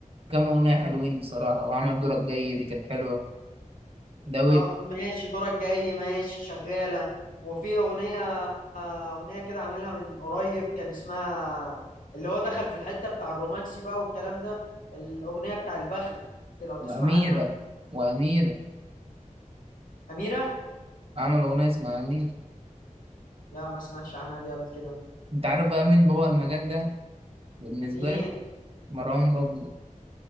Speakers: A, on the right; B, on the left.
A: كام أغنية حلوين بصراحة وعمل دورك جاي دي كانت حلوة ده
B: اه ماشي دورك جاي ماشي شغالة وفي أغنية أغنية كده عاملها من قريب كان اسمها اللي هو دخل في الحتة بتاع الرومانسي بقى والكلام ده الأغنية بتاع البخت لو تسمع
A: وأميرة
B: عنها
A: وأميرة
B: أميرة
A: عمل أغنية اسمها أميرة
B: لا ما سمعتش عنها دي قبل كده
A: أنت عارف بقى مين بابا المجال ده بالنسبة
B: مين
A: لي مروان بابلو